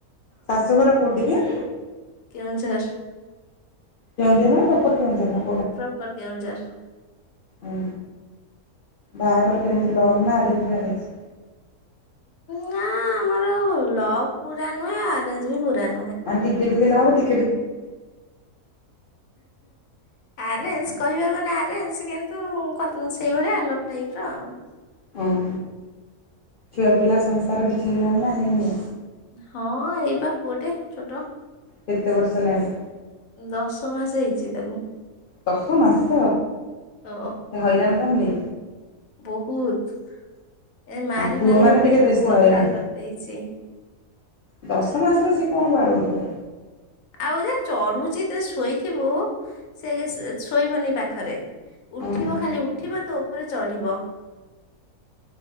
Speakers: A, on the left; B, on the left.
A: ଶାଶୁଘର କୋଉଠି କି?
B: କେଉଁଝର୍।
A: କେଉଁଝର ନା ସେପଟ କେଉଁଝର?
B: ପ୍ରପର କେଉଁଝର।
A: ଓ ବାହାଘର କେମିତି ଲଭ୍ ନା ଆରେଞ୍ଜ ବମ୍ୟାରେଜ୍?
B: ନା ଆମର ଲଭ୍ ପୁରା ନୁହେଁ ଅରେଞ୍ଜ ବି ପୁରା ନୁ
A: ଆଣ୍ଟି କେଡି ଗିଲାଅ ନ୍ତି?
B: ଆରେସ୍ କହିବାକୁ ଗଲେ ଆ ସ୍ କିନ୍ତୁ ସେଇଭଳିଆ ଆଲୋକ ଟାଇପ ର ଆଉ।
A: ହୋଉ ଛୁଆ ପିଲା ସଂସାର କିଛି ହେଲାଣି ନା ହେଇନି?
B: ହଁ ଏଇ ପା ପୁଅଟେ ଛୋଟ।
A: କେତେ ବର୍ଷ ହେଲାଣି?
B: ଦଶ ମାସ ହେଇଛି ତାକୁ
A: ଦଶ ମାସ
B: ଅ
A: ସେ ହଇରାଣ କରୁନି
B: ବହୁତ। ଏ ମାରି
A: ପୁଅମାନେ
B: ମାରି ମୋ ପେଟକୁ
A: ଟିକେ ବେଶୀ
B: ବଥା
A: ହଇରାଣ
B: କରିଦେଇଛି।
A: ଦଶ ମାସର ସିଏ କଣ ବାଡଉ <unintelligible>
B: ଆଉ ଯା ଚଢୁଛି ତ ଶୋଇଥିବୁ ସେ ଶୋଇବନି ପାଖରେ। ଉଠିବ
A: ଓହୋ
B: ଖାଲି ଉଠିବ ତ ଉପରେ ଚଢ଼ିବ।